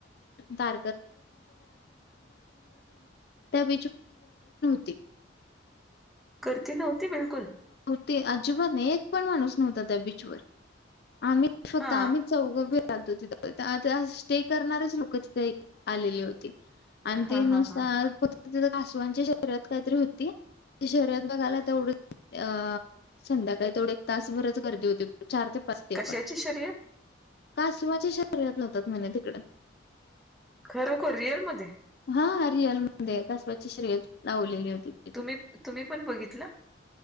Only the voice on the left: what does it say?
त्या ब ग <unintelligible>
ते अजिबात नाही एक पण माणूस नव्हता त्या बीचवर आम्ही फक्त
आम्हीच चौ ज तिथ आ स्टे करणारच लोक तिथे आलेली होती आणि
ते नुसार
तिथ कासवांच्या शरीरात काहीतरी होती शरीरात बघाला तेवढं अ संध्याकाळी तेवढ एक तासभर गर्दी होती चार ते पाच ते
पण
कासमाची शरीरात नव्हतात म्हणे तिकडं
हा रिअल म्हण कसवाची श्रेयत लावलेली होती तिथे